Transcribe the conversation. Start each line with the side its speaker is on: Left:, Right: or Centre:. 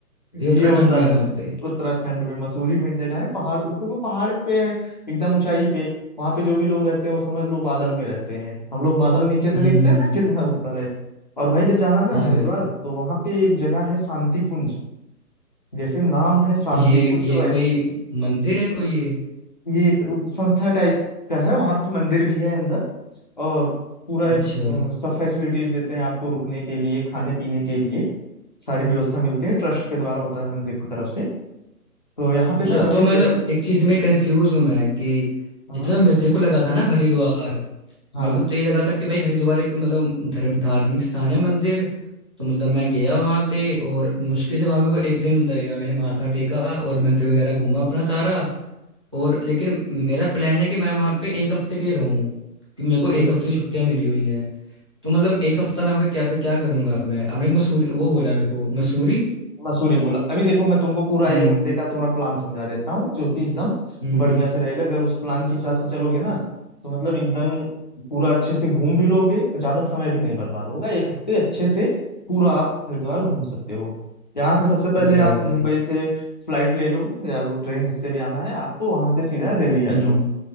Right: ये
Left: ये
Right: उत्तराखंड
Left: होता
Right: में है
Left: है
Right: वहाँ पे
Left: उत्तराखंड में मसूरी में एक जगह है पहाड़ क्योंकि पहाड़ पे है एकदम ऊंचाई पे वहां पे जो भी लोग रहते हैं वो समझ लो बादल में रहते हैं हम लोग बादल नीचे से
Right: हम्म
Left: देखते
Right: हम्म
Left: हैं ना कितना ऊपर है और भाई जब जाना ना
Right: हाँ
Left: हरिद्वार
Right: भाई
Left: तो वहां पे एक जगह है शांति कुंज जैसे नाम है शांति
Right: ये
Left: कुंज
Right: ये
Left: वैसे
Right: कोई मंदिर है कोई ये
Left: ये एक संस्था टाइप का है वहां पे मंदिर भी है अंदर और पूरा ये,
Right: अच्छा
Left: अ, सब फैसिलिटीज देते हैं आपको रुकने के लिए खाने पीने के लिए सारी व्यवस्था मिलती है ट्रस्ट के द्वारा होता है मंदिर की तरफ से तो यहाँ पे
Right: अच्छा
Left: ना
Right: तो
Left: भाई
Right: मतलब
Left: जैसे
Right: एक चीज़ में कंफ्यूज हूँ मैं कि
Left: हाँ
Right: जितना मेरे को लगा था ना हरिद्वार
Left: हाँ
Right: मेरे को तो ये लगा था कि भाई हरिद्वार एक मतलब धर्म धार्मिक स्थान है मंदिर तो मतलब मैं गया वहाँ पे और मुश्किल से वहाँ मेरे को एक दिन लगेगा मैंने माथा टेका और मंदिर वगैरह घूमा अपना सारा और लेकिन मेरा प्लान है कि मैं वहाँ पे एक हफ्ते के लिए रहूँ कि मेरे को
Left: एक
Right: एक हफ्ते की छुट्टियाँ मिली हुई हैं तो मतलब एक हफ्ता मैं वहाँ पे क्या फिर क्या करूँगा मैं आपने एक मसूरी वो बोला है मेरे को मसूरी
Left: मसूरी बोला अभी देखो मैं तुमको पूरा
Right: हम्म
Left: एक हफ्ते का थोड़ा प्लान समझा देता हूँ जो कि एकदम
Right: हम्म
Left: बढ़िया से रहेगा अगर उस प्लान के हिसाब से चलोगे ना तो मतलब एकदम पूरा अच्छे से घूम भी लोगे ज्यादा समय भी नहीं बर्बाद होगा एक हफ्ते अच्छे से पूरा आप हरिद्वार घूम सकते हो यहाँ से सबसे पहले
Right: बताओ
Left: आप
Right: भाई
Left: मुंबई से फ्लाइट ले लो या ट्रेन जिससे भी आना है आपको वहां से सीधा दिल्ली आ
Right: हम्म
Left: जाओ